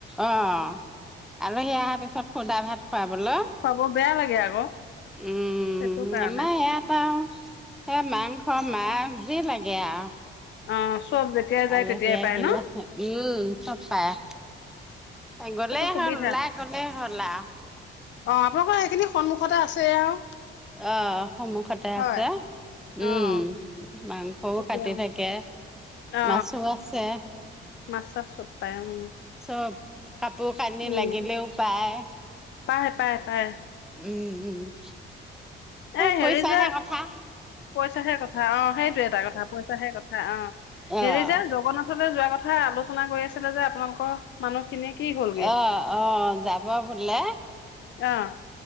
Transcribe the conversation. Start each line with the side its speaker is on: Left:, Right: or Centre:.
Centre: অ'! আলহী অহাৰ পিছত সোধা ভাত খুৱাবলৈ।
Left: খুৱাব বেয়া লাগে আকৌ
Centre: উম'!
Left: সেইটো কাৰণে
Centre: আমাৰ ইয়াপা আৰু এ, মাংস <unintelligible> লাগে আৰু।
Left: অ', চব যেতিয়াই যায়
Centre: আলহী
Left: তেতিয়াই
Centre: আহিলে,
Left: পায় ন?
Centre: উম, চব পায়। গ'লে
Left: সেইটো সুবিধা।
Centre: হ'ল, ওলাই গ'লে হ'ল আৰু।
Left: অ'! আপোনালোকৰ এইখিনি সন্মুখতে আছে আৰু।
Centre: অ'! সন্মুখতে
Left: হয়,
Centre: আছে। উম,
Left: অ',
Centre: মাংসও
Left: ঠিকে
Centre: কাটি
Left: অ',
Centre: থাকে।
Left: অ
Centre: মাছো আছে।
Left: মাছ চাছ চব পায় উম,
Centre: চব কাপোৰ কানি
Left: উম,
Centre: লাগিলেও পায়।
Left: পায়, পায়, পায়।
Centre: উম! উম!
Left: এ,
Centre: পইচাহে
Left: হেৰি যে,
Centre: কথা।
Left: পইচাহে কথা, অ'! সেইটোৱেই এটা কথা পইচাহে কথা, অ'!
Centre: অ',
Left: হেৰি যে জগন্নাথলৈ যোৱা কথা <unintelligible> আলোচনা কৰি আছিলে যে আপোনালোকৰ মানুহখিনিয়ে কি হ'লগে?
Centre: অ'! অ'! যাব বোলে।
Left: অ',